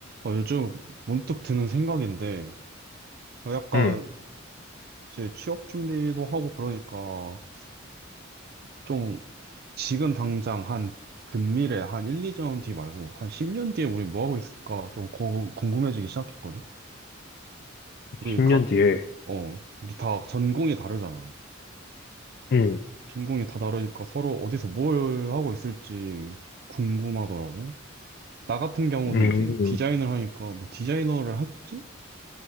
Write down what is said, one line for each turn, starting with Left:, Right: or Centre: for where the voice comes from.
Right: 어, 요즘 문득 드는 생각인데, 어, 약간
Left: 응,
Right: 이제 취업 준비도 하고 그러니까, 어? 좀 지금 당장 한 금미래 한 1, 2년 뒤 말고 한 10년 뒤에 우리 뭐 하고 있을까 좀 고- 궁금해지기 시작했거든? 우리
Left: 10년
Right: 각,
Left: 뒤에.
Right: 어, 우리 다 전공이 다르잖아.
Left: 응,
Right: 전공이 다 다르니까 서로 어디서 뭘 하고 있을지 궁금하더라고. 나 같은 경우는
Left: 응,
Right: 이제
Left: 응,
Right: 디자인을 하니까 뭐 디자이너를 하겠지?